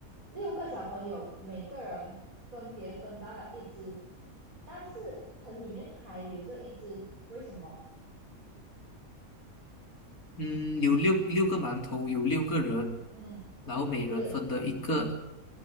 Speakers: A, on the right; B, on the left.
A: 六个小朋友每个人分别分到了一只，但是盆里面还留着一只，为什么？
B: 嗯，有六六个馒头，有六个人，
A: 嗯，
B: 然后每人分得一个
A: 是